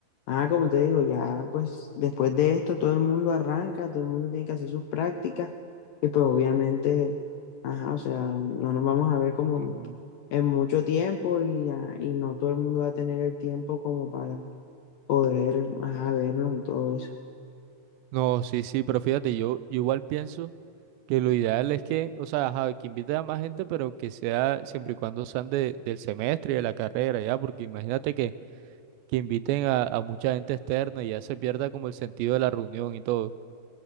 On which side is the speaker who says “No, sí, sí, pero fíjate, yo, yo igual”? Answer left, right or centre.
Right